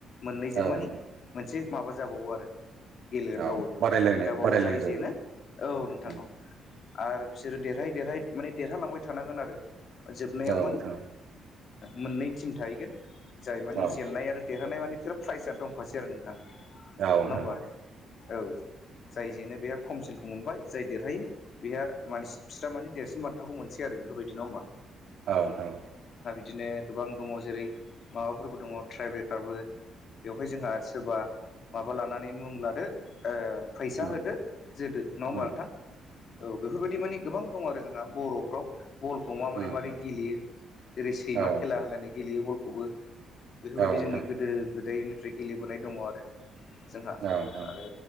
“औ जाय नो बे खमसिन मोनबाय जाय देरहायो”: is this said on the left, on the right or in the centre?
Left